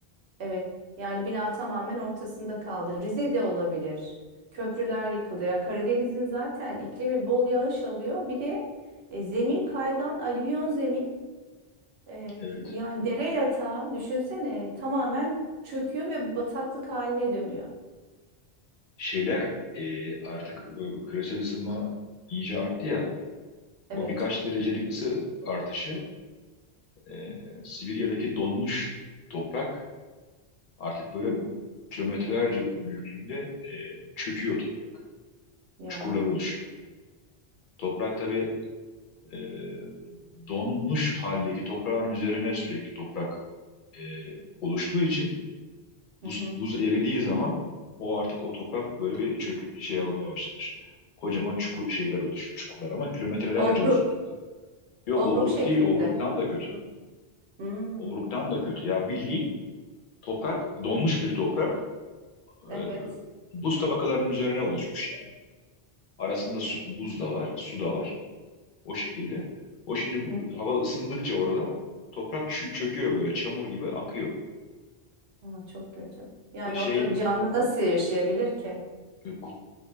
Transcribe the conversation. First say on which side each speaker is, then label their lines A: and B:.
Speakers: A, on the right (about 80°); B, on the left (about 60°).
A: evet. Yani bina tamamen ortasında kaldı. Rize de olabilir. Köprüler yıkıldı. Ya Karadeniz'in zaten iklimi bol yağış alıyor. Bir de e, zemin kaygan, alüvyon zemin. E,
B: Evet.
A: yani dere yatağı düşünsene tamamen çöküyor ve bataklık haline dönüyor.
B: Şeyler e, artık e, küresel ısınma iyice arttı ya.
A: Evet.
B: O birkaç derecelik ısı artışı e, Sibirya'daki donmuş toprak artık böyle
A: Hı hı.
B: kilometrelerce büyüklüğünde e, çöküyor toprak.
A: Ya.
B: Çukurlar oluşuyor. Toprak tabii e, donmuş haldeki toprağın üzerine sürekli toprak e, oluştuğu için
A: Hı
B: buz,
A: hı.
B: buz eridiği zaman o artık o toprak böyle bir çök şey almaya başlamış. Kocaman çukur şeyler oluşuyor, çukurlar ama kilometrelerce
A: Obruk.
B: uzunluğunda. Yok
A: Obruk
B: obruk
A: şeklinde.
B: değil, obruktan da kötü.
A: Hı. Hmm.
B: Obruktan da kötü. Ya bildiğin toprak donmuş bir toprak. e,
A: Evet.
B: buz tabakalarının üzerine oluşmuş yani. Arasında su, buz da var, su da var. O şekilde. O şimdi bu,
A: Hı hı.
B: hava ısındıkça orada toprak çö- çöküyor böyle çamur gibi akıyor.
A: Aa, çok kötü. Yani
B: E şey
A: orada canlı nasıl yaşayabilir ki
B: e, kut,